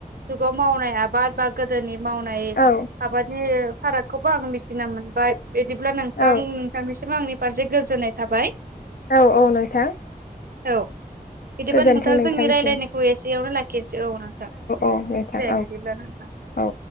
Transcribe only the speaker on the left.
औ
औ
औ-औ नोंथां।
गोजोन्थों
नोंथांसिम
औ नोंथां
औ
औ